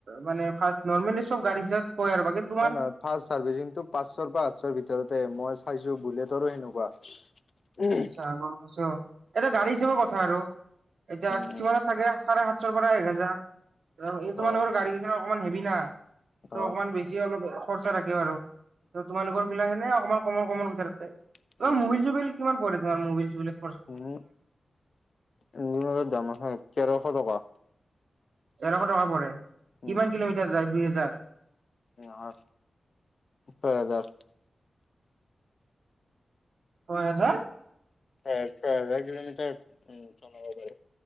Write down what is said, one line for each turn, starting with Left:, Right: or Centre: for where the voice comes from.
Right: মানে ফাৰ্ষ নৰ্মেলি চব গাড়ী ভিতৰত। কয় আৰু বাকী তোমাৰ
Left: হে নহয় ফা চাৰ্ভিচিং টো পাঁচশৰ পৰা সাতশৰ ভিতৰতে মই চাইছো বুলেটৰো সেনেকুৱা। উম
Right: আচ্ছা গম পাইছো এটো গাড়ী হিচাপৰ কথা আৰু এতিয়া
Left: উম
Right: কিছুমানত থাকে চাৰে সাতশৰ পৰা এক হেজাৰ। এই তোমালোকৰ
Left: অ
Right: গাড়ী কিন অকমান হেবি না ত
Left: অ
Right: অকণমান বেছি অলপ। খৰচা থাগে ব আৰু ত তোমালোকৰ বিলাহেনে কমমান কমন কমন বিচাৰছে
Left: উম
Right: তই মবিল চ বিল কিমান পৰে তোমাৰ মুবিল-চুবিলত
Left: উম ইঞ্জিন অইল দাম আছে তেৰ শ টকা।
Right: তেৰশ টকা পৰে
Left: উম
Right: কিমান কিলোমিটাৰ যায় দুই হেজাৰ।
Left: নহয় ওঠৰ হাজাৰ।
Right: ছয় হাজাৰ।
Left: হয় চয় হাজাৰ কিলমিটাৰ উম চলব পাৰি।